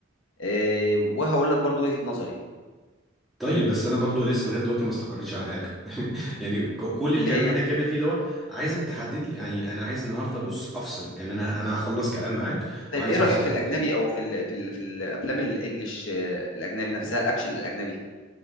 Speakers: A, on the left (about 80°); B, in the centre.
A: آه وهقول لك برضو وجهه نظري
B: طيب بس انا برضو لسه لغايه دلوقتي ما استقريتش على حاجه <laughs> يعني ك- كل الكلام
A: اللي هي
B: اللي احنا اتكلمنا فيه دوت عايزك تحدد لي يعني انا عايز النهارده بص افصل يعني انا انا هخلص كلام معاك
A: طيب
B: وعايز
A: إيه رأيك
B: افصل
A: في
B: خالص
A: الأجنبي أو في ال في ال في الأفلام الإنجليش آه، الأجنبي نفسها الأكشن الأجنبي